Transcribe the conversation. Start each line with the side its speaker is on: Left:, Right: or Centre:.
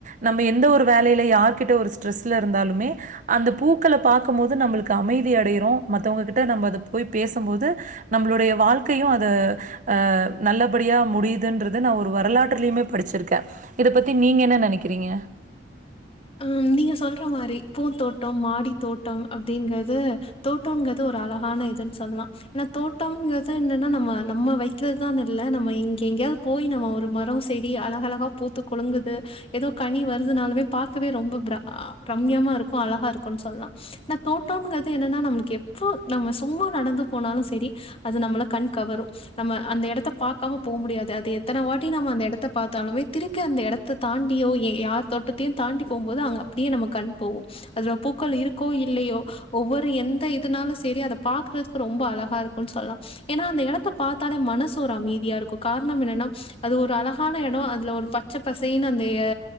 Right: நம்ம எந்த ஒரு வேலையில யார்கிட்ட ஒரு ஸ்ட்ரெஸ்ஸுல இருந்தாலுமே அந்த பூக்கள பாக்கு போது நம்மளுக்கு அமைதி அடைய்றோ மத்தவங்ககிட்ட நம்ம அத போய் பேசு போது நம்மளுடைய வாழ்க்கையு அத அ நல்லபடியா முடியுதுன்றது நா ஒரு வரலாற்றுலயுமே படிச்சிருக்கே இத பத்தி நீங்க என்ன நெனைக்கிறீங்க
Left: அ நீங்க சொல்ற மாரி பூந்தோட்டம் மாடி தோட்டம் அப்டிங்கறது தோட்டோகிறது ஒரு அழகான இதுன்னு சொல்லலா ஏன்னா தோட்டோகறது என்னன்னா நம்ம நம்ம வைக்கிறதுதானு இல்ல நம்ம இங்க எங்கேயாவ்து போய் நம்ம ஒரு மரோ செடி அழக அழகா பூத்து குளுங்குது ஏதோ கனி வருதுனாலுமே பாக்கவே ரொம்ப பிர பிரம்மியமா இருக்கு அழகா இருக்குன்னு சொல்லா ஆன தோட்டங்கிறது என்னன்னா நம்மளுக்கு எப்போ நம்ம சும்மா நடந்து போனாலு செரி அது நம்மள கண் கவரு நம்ம அந்த எடத்த பாக்காம போ முடியாது அது எத்தன வாட்டி நம்ம அந்த எடத்த பாத்தாலுமே திருப்பி அந்த எடத்த தாண்டியோ எ யார் தோட்டத்தையு தாண்டி போபோது அங்க அப்டியே நம்ம கண் போகு அதுல பூக்கள் இருக்கோ இல்லையோ ஒவ்வொரு எந்த இதுனாலு செரி அத பாக்குறதுக்கு ரொம்ப அழகா இருக்குனு சொல்லா ஏனா அந்த எடத்த பாத்தாலே மனசு ஒரு அமைதியா இருக்கு காரணம் என்னன்னா அது ஒரு அழகான எடொ அதுல ஒரு பத் பச்ச பசைன்னு அந்த எ